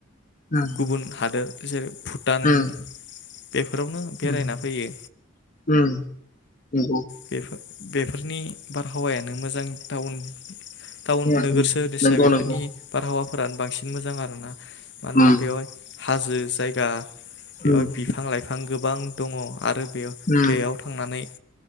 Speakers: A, on the left; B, on the left.
A: उम
B: गुबुन हादोर जों भुटान
A: उम
B: बेफोरावनो बेरायना
A: उम
B: फैयो।
A: उम नंगौ
B: बेफो बेफोरनि बारहावा नों मोजां टाउन टाउन
A: उम
B: नोगोर
A: उम
B: सोरनिसाय
A: नंगौ
B: बेफोरनि
A: नंगौ
B: बारहावा फोरानो बांसिन मोजां आरो ना। मानोना
A: उम
B: बेयावहाय हाजो जायगा बेयावहाय
A: उम
B: बिफां लाइफ फां गोबां दङ। आरो बेयाव
A: उम
B: बेयाव थांनानै